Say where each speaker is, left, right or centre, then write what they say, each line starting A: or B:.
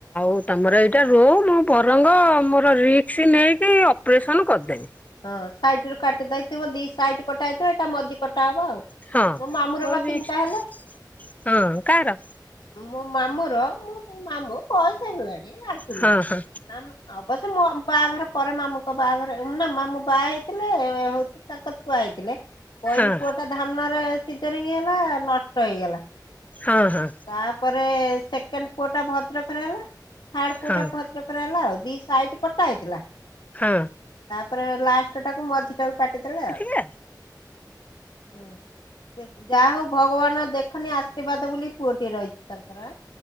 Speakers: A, on the left (about 20°); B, on the left (about 85°).
A: ମୁଁ ତମର ଏଇଟା ରୁମ୍, ମୁଁ ବରଙ୍ଗ ମୋର ରିକ୍ସି ନେଇକି ଅପ୍ରେସନ୍ କରଦେବି।
B: ହଁ, ସାଇଟ ରୁ କାଟି ଦେଇଥିବ, ଦି ସାଇଟ୍ କଟା ହେଇଥିବ, ଏଇଟା ମଜି କଟା ହବ ଆଉ।
A: ହଁ,
B: ମୋ ମାମୁଁର
A: ମୋର
B: ବା
A: ବି
B: ତିନିଟା
A: ହଁ,
B: ହେଲେ
A: କାର
B: ମୋ ମାମୁ ର ମୋ ମାମୁ ପଇସା ହେଇଗଲାଣି ଆଗୁରୁ।
A: ହଁ ହଁ
B: ଆମ୍ ଅବଶ୍ୟ ମୋମ୍ ବାହାଘର ପରେ ମାମୁଁଙ୍କ ବାହାଘର ନା ମାମ୍ ମୁଁ ବାହା ହେଇଥଲେ ହେଉଛି ତାଙ୍କର୍ ଛୁଆ ହେଇଥିଲେ, ପଇଲି
A: ହଁ
B: ପୁଅଟା ସାହାନରେ ସିଜରିଙ୍ଗି ହେଲା ନଷ୍ଟ ଏଇଗଲା।
A: ହଁ, ହଁ।
B: ତାପରେ ସେକେଣ୍ଡ୍ ପୁଅ ଟା ଭଦ୍ରକରେ ହେଲା, ଥାଡ୍ ପୁଅ
A: ହଁ
B: ଟା ଭଦ୍ରକ୍ କରେ ହେଲା ଆଉ, ଦି ସାଇଟ୍ କଟା ହେଇଥଲା?
A: ହଁ।
B: ପରେ ଲାଷ୍ଟ୍ ଟାକୁ ମଝି ଟାକୁ କାଟିଦେଲେ ଆଉ,
A: ଏଠିକା
B: ହୁଁ। ଯା ହୋଉ ଭଗବାନ ଦେଖନି ଆଶୀର୍ବାଦ ବୋଲି ପୁଅଟିଏ ରହିଛି ତାଙ୍କର, ଆଁ।